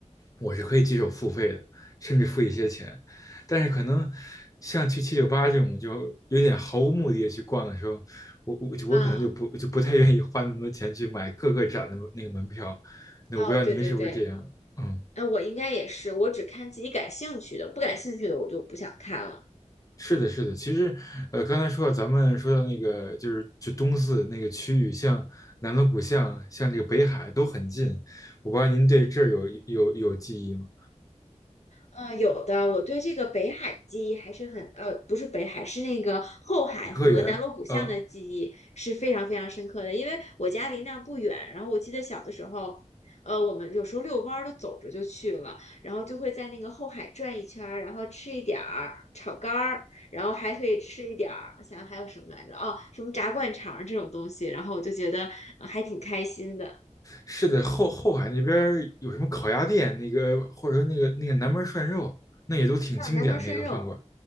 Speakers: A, on the left; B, on the left.
A: 我是可以接受付费的，甚至付一些钱。但是可能像去七九八这种就有点毫无目的的去逛的时候，我我我可能就不就不太愿意花那么多钱去买各个展的那个门票。
B: 啊，
A: 那我不知道您是不是这样？
B: 哦，对对对，
A: 嗯，
B: 那我应该也是，我只看自己感兴趣的，不感兴趣的我就不想看了。
A: 是的，是的。其实，呃，刚才说到咱们说到那个就是就东四那个区域，像南锣鼓巷，像这个北海都很近。我不知道您对这儿有有有记忆吗？
B: 嗯，有的，我对这个北海记忆还是很，呃，不是北海，是那个后海和南锣鼓巷的记忆是非常非常深刻的，
A: 颐和园，呃
B: 因为我家离那儿不远，然后我记得小的时候，呃，我们有时候遛弯儿都走着就去了，然后就会在那个后海转一圈儿，然后吃一点儿炒肝儿，然后还可以吃一点儿，我想想还有什么来着？哦，什么炸灌肠儿这种东西，然后我就觉得，呃还挺开心的。
A: 是的，后后海那边儿有什么烤鸭店，那个或者说那个那个南门涮肉，那也都挺经典的那个饭馆
B: 啊，南门涮肉。